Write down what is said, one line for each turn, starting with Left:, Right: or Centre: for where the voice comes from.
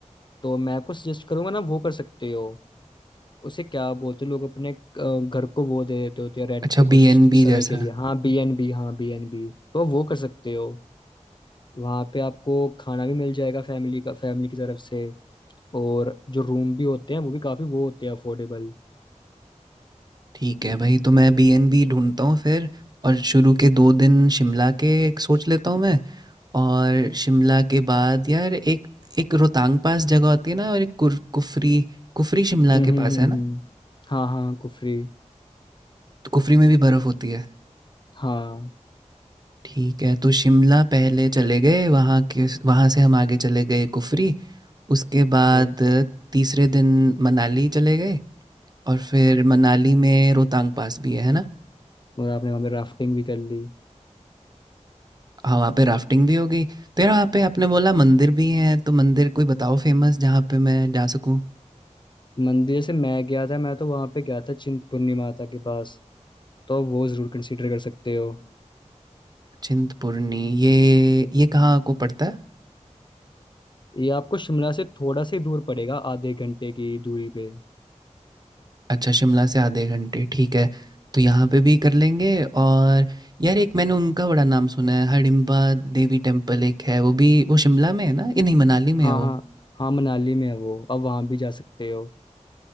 Left: तो मैं आपको सजेस्ट करूंगा ना वो कर सकते हो उसे क्या बोलते हैं लोग अपने अ, घर को वो दे देते होते हैं रेंट
Right: अच्छा
Left: पे कुछ
Right: बी एन बी
Left: समय
Right: जैसा
Left: के लिए हाँ बीएनबी हाँ बीएनबी तो वो कर सकते हो वहाँ पे आपको खाना भी मिल जाएगा फैमिली का फैमिली की तरफ से और जो रूम भी होते हैं वो भी काफी वो होते हैं अफोर्डेबल
Right: ठीक है भाई तो मैं बी एन बी ढूंढता हूँ फिर और शुरू के दो दिन शिमला के एक सोच लेता हूँ मैं और शिमला के बाद यार एक एक रोहतांग पास जगह होती है ना और एक कुर, कुफरी कुफरी शिमला
Left: हम्म हम्म
Right: के पास
Left: हम्म
Right: है
Left: हम्म।
Right: ना
Left: हाँ हाँ कुफरी
Right: तो कुफरी में भी बर्फ़ होती है
Left: हाँ
Right: ठीक है तो शिमला पहले चले गए वहाँ के वहाँ से हम आगे चले गए कुफरी उसके बाद
Left: ओ,
Right: तीसरे दिन मनाली चले गए और फिर मनाली में रोहतांग पास भी है है ना
Left: और आपने वहाँ पे राफ्टिंग भी कर ली
Right: हाँ वहाँ पे राफ्टिंग भी हो गई तो यार वहाँ पे आपने बोला मंदिर भी हैं तो मंदिर कोई बताओ फेमस जहाँ पे मैं जा सकूँ
Left: मंदिर जैसे मैं गया था मैं तो वहाँ पे गया था चिंतपूर्णी माता के पास तो वो जरूर कंसीडर कर सकते हो
Right: चिंतपूर्णी ये ये कहाँ को पड़ता है
Left: ये आपको शिमला से थोड़ा से दूर पड़ेगा आधे घंटे की दूरी पे
Right: अच्छा शिमला से आधे घंटे ठीक है तो यहाँ पे भी कर लेंगे और यार एक मैंने उनका बड़ा नाम सुना है हडिम्बा देवी टेम्पल एक है वो भी वो शिमला में है ना ये नहीं मनाली में
Left: हाँ
Right: है
Left: हाँ
Right: वो
Left: हाँ मनाली में है वो अब वहाँ भी जा सकते हो